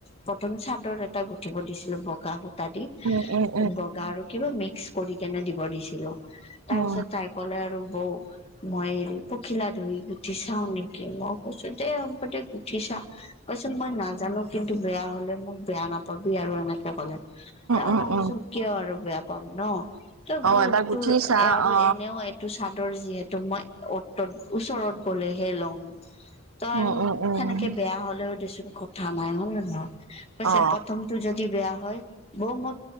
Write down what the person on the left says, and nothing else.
প্ৰথম চাদৰ এটা গুঠিব দিছিলো বগা- তাদি
বগা আৰু কিবা মিক্স কৰি কেনে দিব দিছিলো তাৰপিছত
তাৰ ক'লে আৰু বৌ মই হৰি পখিলা দহি গু- গুঠি চাওঁ নেকি মই কৈছোঁ দে হবদে গুঠি ছা কৈছে মই নাজানোঁ। কিন্তু বেয়া হলে মোক বেয়া নাপাবি আৰু এনেকে ক'লে, তা
ভাবিছোঁ
কিয় আৰু বেয়া পাম ন' তই
গোট
তোৰ
আৰু
এনেও এট- টো চাদৰ যিহেতু মই অত তত ওচৰত গ'লেহে লম। ত
আৰু
সেনেকে বেয়া হলেও দেচোন কথা নাই হয় নে নহয়। কৈছে
প্ৰথম টো যদি বেয়া হয় বৌ মই